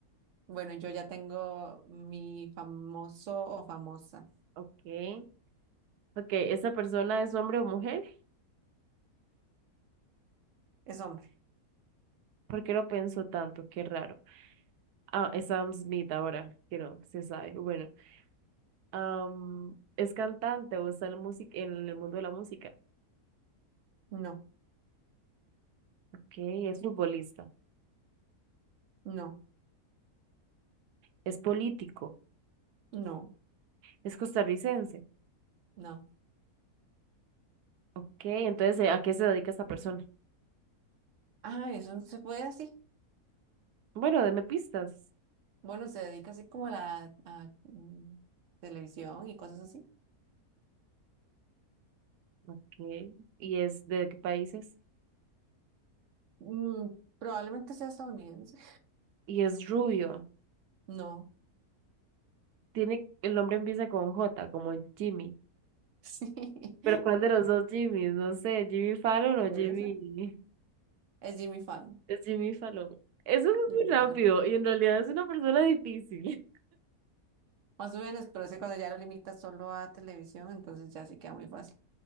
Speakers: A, on the right (about 60°); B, on the right (about 85°).
A: Bueno, yo ya tengo mi famoso o famosa.
B: Ok. Ok, ¿esa persona es hombre o mujer?
A: Es hombre.
B: ¿Por qué lo pensó tanto? Qué raro. Ah, es Sam Smith ahora, que no se sabe. Bueno, am, es cantante o está en la música, en el mundo de la música.
A: No,
B: Ok, es futbolista,
A: no,
B: es político,
A: no,
B: es costarricense.
A: no.
B: Ok, entonces, ¿a qué se dedica esta persona?
A: Ah, eso no se puede así.
B: Bueno, deme pistas.
A: Bueno, se dedica así como a la a, mm, televisión y cosas así.
B: Ok, ¿y es de qué países?
A: Mm, probablemente sea estadounidense.
B: Y es rubio.
A: No. <laughs>
B: Tiene, el nombre empieza con J, como Jimmy.
A: Sí.
B: Pero ¿cuál de los dos Jimmys? No sé, Jimmy Fallon o
A: Por
B: Jimmy.
A: eso. Es Jimmy Fallon.
B: Es Jimmy Fallon. Eso fue
A: Jimmy
B: muy rápido
A: Fallon.
B: y en realidad es una persona difícil.
A: Más o menos, pero es que cuando ya lo limitas solo a televisión, entonces ya sí queda muy fácil.